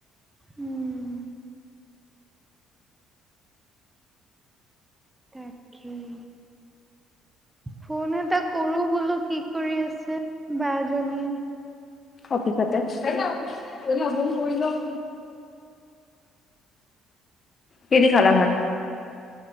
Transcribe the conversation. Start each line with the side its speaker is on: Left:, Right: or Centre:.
Right: উম। তাকেই। ফোন এটা কৰো বোলো কি কৰি আছে বাজনীয়ে।
Left: অফিচতে <unintelligible> কি দি খালা ভাত?